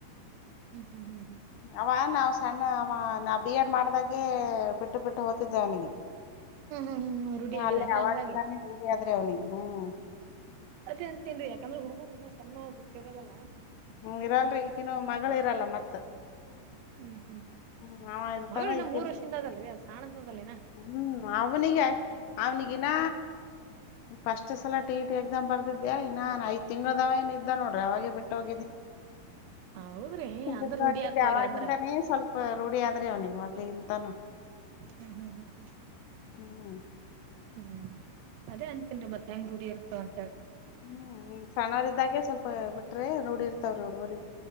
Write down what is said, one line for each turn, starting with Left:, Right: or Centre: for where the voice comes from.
Right: ಹ್ಮ್ ಹ್ಮ್ ಹ್ಮ್ ಹ್ಮ್
Left: ಅವ ನಾವ್ ಸಣ್ಣ ಅವ ನಾ ಬಿ ಎಡ್ ಮಾಡ್ದಾಗೆ ಬಿಟ್ಟು ಬಿಟ್ಟು ಹೋಗತಿದ್ದೆ ಅವನಿಗೆ
Right: ಹ್ಮ್ ಹ್ಮ್ ಹ್ಮ್ ಹ್ಮ್ ಹ್ಮ್ ರೂಢಿ
Left: ಹ
Right: ಆಗ್ಯದನ್ರಿ
Left: ಅಲ್ಲೇ ಅವಾಗಿಂದಾನೇ
Right: ಹಂಗಾಗಿ
Left: ರೂಢಿಯಾದ್ರೆ ಅವ್ನಿಿಗೆ ಹ್ಮ್
Right: ಅದೇ ಅಂಟೇನ್ರಿ ಯಾಕಂದ್ರ ಹುಡುಗುರುನ ಸಣ್ಣ ಗೊತ್ತಿರಲ್ಲಾ
Left: ಹ್ಮ ಇರಲ್ರಿ ಈಗನು ಮಗಳ ಇರಲ್ಲ ಮತ್ತ
Right: ಹ್ಮ್ ಹ್ಮ್
Left: ಹ್ಮ್ ಅವ ಇರ್ತಾರ
Right: ಮಗಳು ಇನ್ನ
Left: ಈಕ
Right: ಮೂರ್ ವರ್ಷಿಂದ ಅದಲ್ರಿ ಅದ್ ಸಾಣದದಲ್ಲಿನ
Left: ಹ್ಮ್ ಅವನಿಗೆ ಅವ್ನಿಗನ್ನ ಫಸ್ಟ್ ಸಲಾ ಟಿಇಟಿ ಎಕ್ಸಾಮ್ ಬರ್ದಿದ್ದೆ ಇನ್ನ ಐದು ತಿಂಗಳದಾವ ಇದ ಇದ್ದ ನೋಡ್ರಿ ಅವಾಗೆ ಬಿಟ್ಟು ಹೋಗಿದ್ದಿ
Right: ಹೌದ್ರಿ ಅಂದ್ರ
Left: ಬಿಟ್ಟು
Right: ರೂಢಿ
Left: ಹೋಗಿದ್ದು
Right: ಆತವ್ರಿ
Left: ಅವಾಗಿಂದನೆ
Right: ಅಂದ್ರ
Left: ಸ್ವಲ್ಪ ರೂಢಿ ಆದ್ರಿ ಅವನಿಿಗೆ ಮೊದ್ಲಿ ಇಂತಾನೂ
Right: ಹ್ಮ್ ಹ್ಮ್ ಹ್ಮ್
Left: ಹ್ಮ್
Right: ಹ್ಮ್ ಹ್ಮ್ ಅದೇ ಅಂತೇನ್ ರೀ ಮತ್ತೆ ಹೆಂಗ ರೂಡಿಿ ಇರ್ತವ ಅಂತ
Left: ಹ್ಮ್ ಸಣ್ಣವರಿದ್ದಾಗ ಸ್ವಲ್ಪ ಬಿಟ್ರೆ ರೂಡಿರ್ತಾವ್ರಿ ಹುಡುಗರಿಗಿ